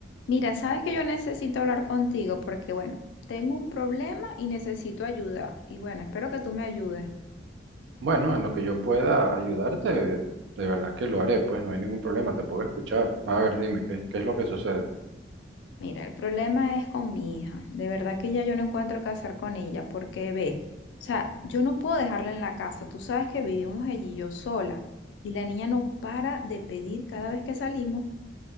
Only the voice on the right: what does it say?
Bueno, en lo que yo pueda ayudarte, de verdad que lo haré, pues no hay ningún problema, te puedo escuchar. A ver, dime, ¿qué, qué es lo que sucede?